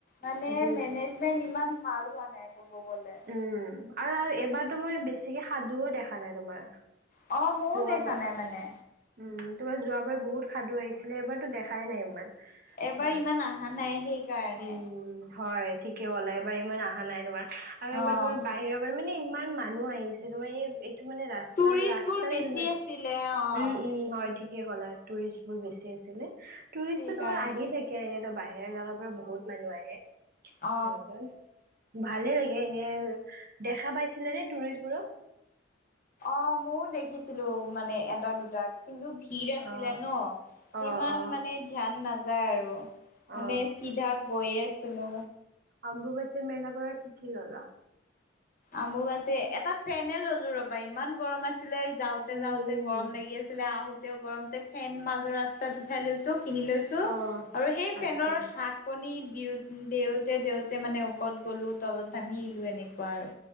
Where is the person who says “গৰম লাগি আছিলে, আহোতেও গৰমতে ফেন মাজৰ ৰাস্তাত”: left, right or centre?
Left